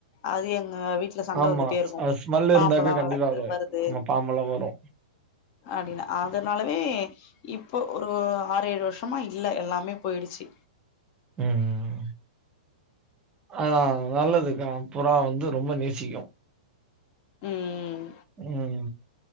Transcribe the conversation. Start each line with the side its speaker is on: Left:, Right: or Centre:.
Left: அது எங்க வீ வீட்ல சண்ட
Right: ஆமா
Left: வந்துட்டே இருக்கு
Right: அது ஸ்மெல் இருந்தாக்க
Left: பாம்பெல்லா
Right: கண்டிப்பா
Left: வளந்து
Right: அது
Left: வருது
Right: ஆமா பாம்பெல்லா வரு
Left: அப்டின்னு அதனாலவே இப்போ ஒரு ஆறு ஏழு வருஷமா இல்ல எல்லாமே போயிடுச்சு
Right: ம் ஆனா நல்லதுங்க புறா வந்து ரொம்ப நேசிக்கு
Left: ம்
Right: ம்